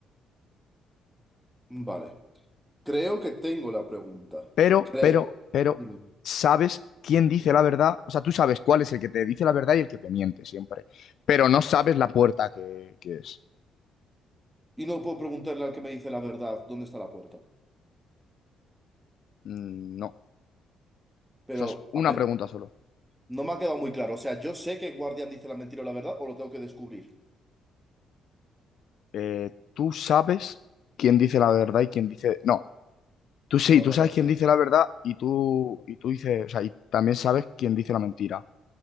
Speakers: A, in the centre; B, on the left.
A: Mm, Vale. Creo que tengo la pregunta.
B: Pero,
A: Creo.
B: pero, pero,
A: Dime. dime.
B: sabes quién dice la verdad. O sea, tú sabes cuál es el que te dice la verdad y el que te miente siempre. Pero no sabes la puerta que, que es.
A: Y no puedo preguntarle al que me dice la verdad dónde está la puerta.
B: Mm, No.
A: Pero,
B: O sea, es una
A: a ver,
B: pregunta solo.
A: no me ha quedado muy claro. O sea, ¿yo sé que guardián dice la mentira o la verdad o lo tengo que descubrir?
B: Eh, tú sabes quién dice la verdad y quién dice. No. Tú sí,
A: No,
B: tú
A: no
B: sabes
A: lo sé.
B: quién dice la verdad y tú, y tú dices. O sea, y también sabes quién dice la mentira.